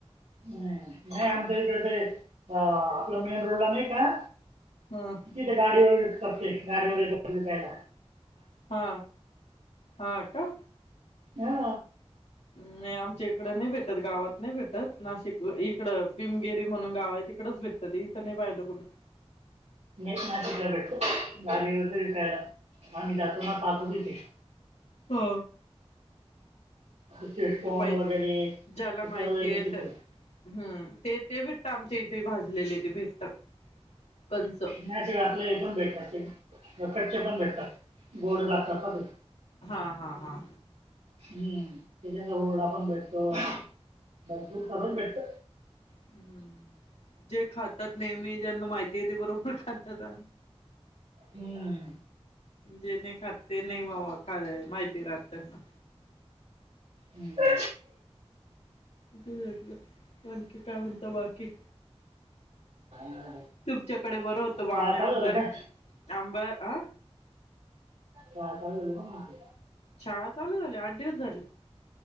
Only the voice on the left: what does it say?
ह
हा हा का?
नाही आमच्या इकडं नाही भेटत गावात नाही भेटत नाशिक इकडं पिमगिरी म्हणून गाव आहे तिकडच भेटतं ते इथं नाही पाहिलं कुठं.
पो
त प
ज्याला
माहितीय
तर हम्म ते ते भेटत आमच्या इ ते भाजलेले ते भेटतात. कंच
हा हा हा
हम्म, जे खातात नेहमी ज्यांना माहिती आहे ते बरोबर खातात
जे नी खाते नाही वावा खा माहिती राहत ना
किती भेटलं आणखी काय म्हणता बाकी?
तुमच्याकडे बरं होतो बा
आम्ही
अंगारी
आंबा आ
शाळा चालू झाल्या आठ दिवस झालेत.